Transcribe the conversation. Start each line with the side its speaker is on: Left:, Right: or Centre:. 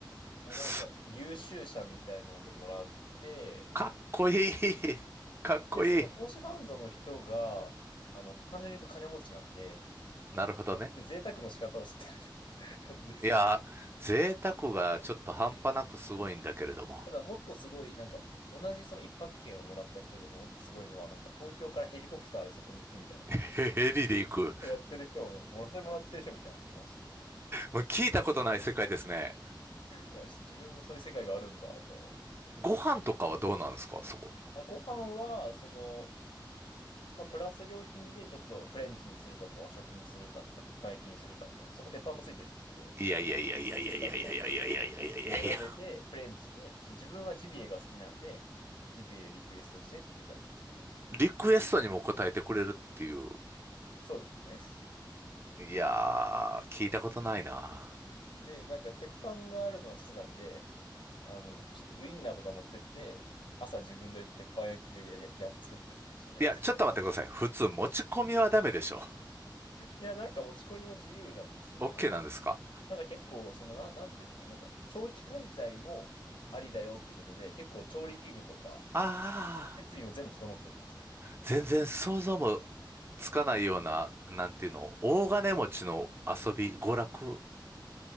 Left: まあ、
Right: す
Left: なんか優秀者みたいなのでもらって、
Right: かっこいい。<laughs> かっこいい。
Left: で、その投資ファンドの人が、あの、単純に言うと金持ちなんで、
Right: なるほどね。
Left: 贅沢の仕方を知ってるみたいな感じですかね。
Right: いやー、贅沢がちょっと半端なくすごいんだけれども。
Left: うんただ、もっとすごい、なんか、同じその一泊券をもらった人でももっとすごいのは、なんか東京からヘリコプターでそこに行くみたいな。
Right: へへヘリで行く。
Left: やってる人も、もらそれもらってる人みたいな、いましたね。
Right: もう聞いたことない世界ですね。
Left: いや、ちょっと自分もそういう世界があるんだと思いましたけどな。
Right: ご飯とかはどうなんですか、そこ。
Left: あ、ご飯は、その、まあ、プラス料金でちょっとフレンチにするかとか和食にするかとか鉄板焼きにするかみたいな。そこ鉄板もついてるんですけど、
Right: いやいやいやいやいやいやいやいやいやいやいやいやいやいや。
Left: にするかみたいなのが選べて、フレンチで、ちょっと自分はジビエが好きなんで、ジビエリクエストしてっていう感じですかね。
Right: リクエストにも答えてくれるっていう。
Left: そうですね。
Right: いやー、聞いたことないな。
Left: で、なんか鉄板があるのをしてたんで、あの、ちょっとウインナーとか持ってって、朝自分で鉄板焼きでや、や、や作ってましたね。
Right: いや、ちょっと待ってください。普通持ち込みはダメでしょ。
Left: <laughs> いや、なんか持ち込みも自由なんですよ。
Right: OK
Left: あの、
Right: なんですか
Left: なんか結構、その、なん、なんていうんですか、なんか、長期滞在もありだよっていうことで、結構調理器具とか、
Right: ああ、
Left: 設備も全部整ってるんですよ。
Right: 全然想像もつかないような、なんていうの、大金持ちの遊び、娯楽